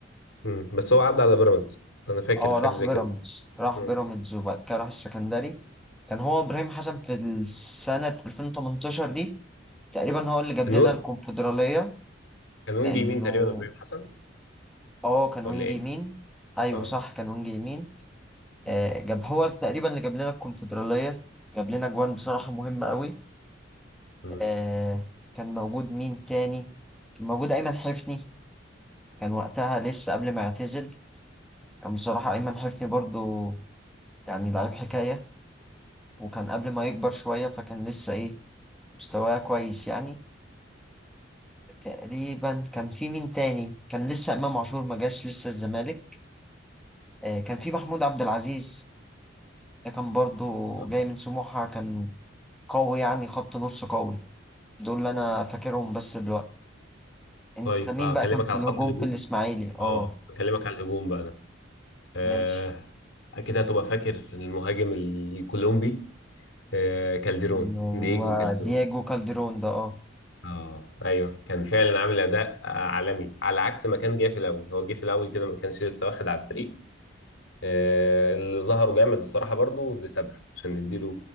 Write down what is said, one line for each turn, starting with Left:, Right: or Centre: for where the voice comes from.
Left: مم. بس هو عدى على بيراميدز انا فاكر
Centre: اه
Left: حاجه
Centre: راح
Left: زي
Centre: بيراميدز
Left: كده
Centre: راح
Left: مم.
Centre: بيراميدز وبعد كده راح السكندري كان هو ابراهيم حسن في السنة 2018 دي تقريبا هو اللي جاب
Left: كانون
Centre: لنا الكونفدرالية
Left: كان وينج
Centre: لأنه
Left: يمين تقريبا ابراهيم حسن
Centre: اه كان
Left: ولا
Centre: وينج
Left: ايه؟
Centre: يمين أيوه
Left: اه
Centre: صح كان وينج يمين
Left: مم.
Centre: آه جاب هو تقريبا اللي جاب لنا الكونفدرالية جاب لنا جوان بصراحة مهمة قوي
Left: مم.
Centre: آه كان موجود مين تاني كان موجود أيمن حفني كان وقتها لسه قبل ما يعتزل كان بصراحة أيمن حفني برضو يعني لعيب حكاية وكان قبل ما يكبر شوية فكان لسه إيه، مستواه كويس يعني تقريبا كان في مين تاني كان لسه امام عاشور ما جاش لسه الزمالك آه، كان في محمود عبد العزيز ده كان برضو
Left: آه.
Centre: جاي من سموحة كان قوي يعني خط نص قوي دول اللي انا فاكرهم بس دلوقتي انت
Left: طيب
Centre: مين
Left: آه،
Centre: بقى
Left: اكلمك
Centre: كان في
Left: على
Centre: الهجوم
Left: خط الهجوم
Centre: في الاسماعيلي اه
Left: اه اكلمك على الهجوم بقى انا آه
Centre: ماشي
Left: اكيد هتبقى فاكر المهاجم الكولومبي آه كالديرون
Centre: اللي هو
Left: دييجو كالديرون
Centre: دياجو كالدرون ده اه
Left: اه ايوه كان فعلا عامل اداء آه، عالمي على عكس ما كان جاي في الاول هو جه في الاول كده ما كانش لسه واخد على الفريق آه، اللي ظهره جامد الصراحة برضو دي سبر عشان نديله